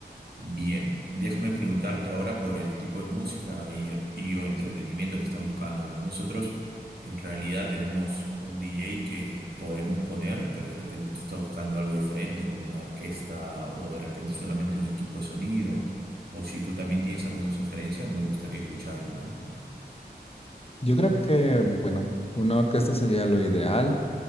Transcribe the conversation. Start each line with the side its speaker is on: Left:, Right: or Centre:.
Right: Bien, déjame preguntarte ahora por el tipo de música y, y o entretenimiento que están buscando, ¿no? Nosotros en realidad tenemos un DJ que podemos poner, pero de repente tú estás buscando algo diferente, como una orquesta o de repente solamente un equipo de sonido, o si tú también tienes alguna sugerencia, nos gustaría escucharlo, ¿no?
Left: Yo creo que, que, bueno, una orquesta sería lo ideal.